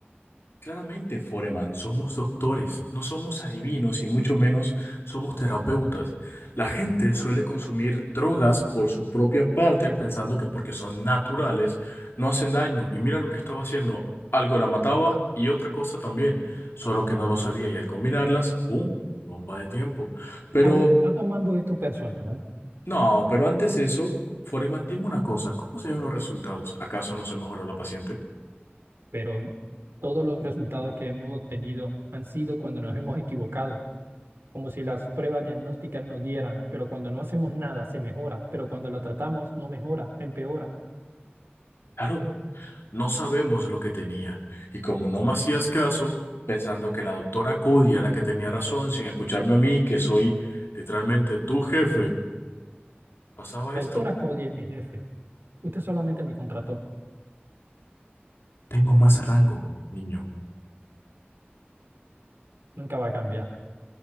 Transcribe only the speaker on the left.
Claramente, Foreman, somos doctores, no somos adivinos y mucho menos somos terapeutas. La gente suele consumir drogas por su propia parte pensando que porque son naturales no hacen daño. Y mira lo que estaba haciendo, algo la mataba y otra cosa también, solo que no lo sabía y al combinarlas, ¡boom! Bomba de tiempo. Pero,
no, pero antes de eso, Foreman, dime una cosa, ¿cómo se ven los resultados? ¿Acaso no se mejoró la paciente?
Claro. No sabemos lo que tenía, y como no me hacías caso, pensando que la doctora Cody era la que tenía razón, sin escucharme a mí, que soy literalmente tu jefe, pasaba
esto.
Tengo más rango, niño,